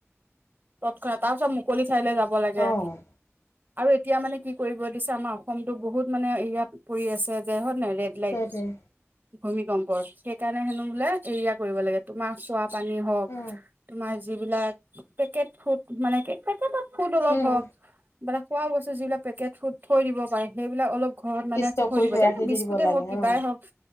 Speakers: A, on the right; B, on the left.
A: তৎক্ষণা তাৰ পিছত মুকলি ঠাইলে যাব লাগে
B: অ',
A: আৰু এতিয়া মানে কি কৰিব দিছে আমাৰ অসমতো বহুত মানে ইয়াত পৰি আছে যে হয় নাই। ডেডলাইন
B: সেইটোৱে।
A: দিছে ভূমিকম্পৰ, সেইকাৰণে হেনো এৰিয়া কৰিব লাগে তোমাৰ চোৱা পানী হওক
B: উম
A: যিবিলাক পেকেট ফুট পেকেট ত ফুট অলপ
B: উম
A: হওক মানে খোৱা বস্তু যিবিলাক পেকেটু থৈ দিব পাৰে সেইবিলাক অলপ- ঘৰত মানে
B: ষ্টক
A: <unintelligible>
B: কৰি
A: দিব
B: থৈ
A: যেনেকে
B: ৰাখি
A: বিস্কুটে
B: দি দিব লাগে
A: হওক কিবাই
B: অ
A: হওক-